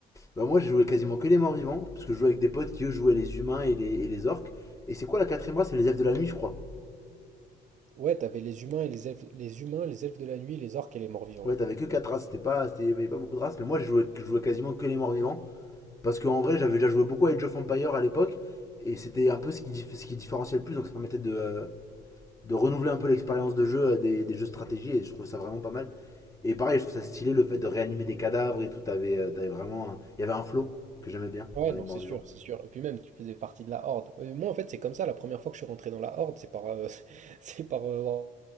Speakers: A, on the left; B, on the right.
A: Bah moi, j'ai joué quasiment que les morts vivants, parce que je jouais avec des potes qui eux jouaient les humains et les, et les orques. Et c'est quoi la quatrième race C'est les elfes de la nuit, je crois.
B: Ouais, t'avais les humains et les elfes les humains, les elfes de la nuit, les orques et les morts-vivants.
A: Ouais, t'avais que quatre races, c'était pas, c'était- il y avait pas beaucoup de races, mais moi, je jouais, je jouais quasiment que les morts vivants, parce qu'en vrai, j'avais déjà joué beaucoup à Age of Empires à l'époque, et c'était un peu ce qui, dif- ce qui différenciait le plus, donc ça permettait de, euh, de renouveler un peu l'expérience de jeu euh, des, des jeux de stratégie, et je trouvais ça vraiment pas mal. Et pareil, je trouve ça stylé le fait de réanimer des cadavres et tout, t'avais, euh, t'avais vraiment. un- Il y avait un flow que j'aimais bien
B: Ouais,
A: dans les
B: non,
A: morts
B: c'est
A: vivants.
B: sûr, c'est sûr. Et puis même, tu faisais partie de la Horde. Euh, Moi, en fait, c'est comme ça. La première fois que je suis rentré dans la Horde, c'est par, euh, <laughs> c'est par euh, War-